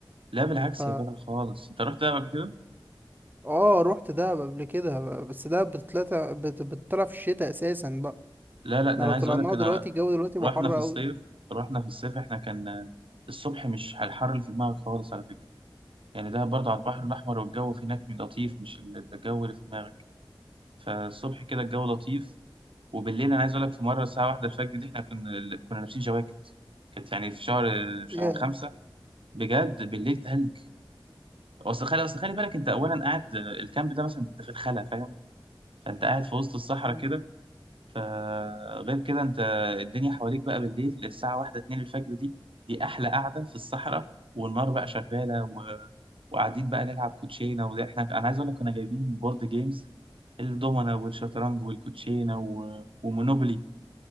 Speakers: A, on the right (about 80°); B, on the right (about 20°).
A: لا بالعكس
B: ف
A: يا جدع خالص أنت رحت دهب قبل كده؟
B: اه رحت دهب قبل كده بس دهب بتطلع بت- بتطلع في الشتاء اساسا بقى
A: لا لا ده
B: احنا لو
A: أنا عايز
B: طلعناها
A: أقول لك أنا
B: دلوقتي الجو دلوقتي
A: رحنا
B: بقى حر
A: في
B: قوي
A: الصيف رحنا في الصيف إحنا كان الصبح مش على الحر اللي في دماغك خالص على فكرة يعني ده برضه على البحر الأحمر والجو في هناك لطيف مش ال- الجو اللي في دماغك فالصبح كده الجو لطيف وبالليل أنا عايز أقولك في مرة الساعة واحدة الفجر دي إحنا كنا كنا لابسين جواكت كانت يعني في شهر في شهر
B: ياه
A: خمسة بجد بالليل تلج أصل خلي أصل خلي بالك أنت أولا قاعد الكامب ده مثلا أنت في الخلا فاهم فأنت قاعد في وسط الصحراء
B: مم.
A: كده فغير كده انت الدنيا حواليك بقى بالليل الساعة واحدة اتنين الفجر دي دي أحلى قعدة في الصحراء والنار بقى شغالة و... وقاعدين بقى نلعب كوتشينة وده احنا أنا عايز أقول لك كنا جايبين بورد جيمز الدومنا والشطرنج والكوتشينة و... ومونوبولي